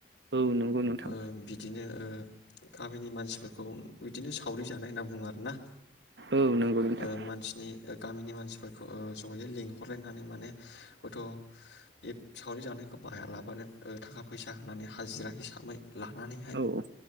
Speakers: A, on the right (about 70°); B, on the left (about 85°).
A: औ नंगौ नोंथां
B: ओ बिदिनो ओ गामिनि मानसिफोरखौ बिदिनो सावरि जानाय होनना बुङो आरोना
A: औ नंगौ नोंथां
B: ओ मानसिनि ओ गामिनि मानसिफोरखौ ओ जयै लिंहरलायनानै माने गथ' बे सावरि जानायखौ बाहायालाबानो थाखा फैसा होनानै हाजिरा हिसाबै लानानैहाय
A: औ